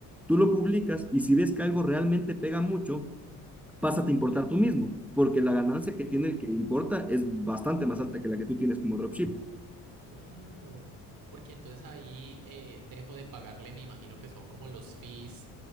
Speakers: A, in the centre; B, on the right.
A: tú lo publicas y si ves que algo realmente pega mucho, pásate a importar tú mismo, porque la ganancia que tiene
B: Oh.
A: el que importa es bastante más alta que la que tú tienes como dropshipper.
B: Claro. Porque entonces ahí eh, dejo de pagarle, me imagino que son como los fees